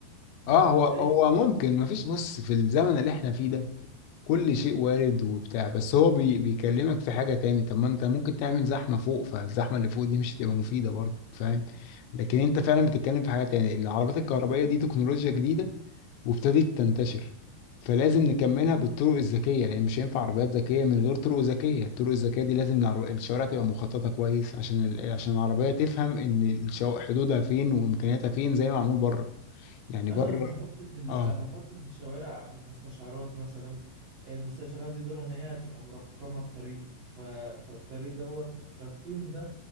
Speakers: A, on the right (about 45°); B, on the left (about 85°).
A: ف-
B: اه
A: فتلاقي
B: هو هو ممكن ما فيش بص في الزمن اللي احنا فيه ده كل شيء وارد وبتاع بس هو بي بيكلمك في حاجة تاني طب ما انت ممكن تعمل زحمة فوق فالزحمة اللي فوق دي مش هتبقى مفيدة برضه فاهم لكن انت فعلا بتتكلم في حاجة تاني العربات الكهربائية دي تكنولوجيا جديدة وابتدت تنتشر فلازم نكملها بالطرق الذكية لأن مش هينفع عربيات ذكية من غير طرق ذكية الطرق الذكية دي لازم العرب... الشوارع تبقى مخططة كويس عشان ال... عشان العربية تفهم إن الشو... حدودها فين وإمكانياتها فين زي ما معمول بره يعني
A: انا
B: بره
A: لما احط في ال-
B: اه
A: لما احط في الشوارع مستشعرات مثلا المستشعرات دي دورها ان هي تبقى مرقمه الطريق ف... فالطريق دوت الترقيم ده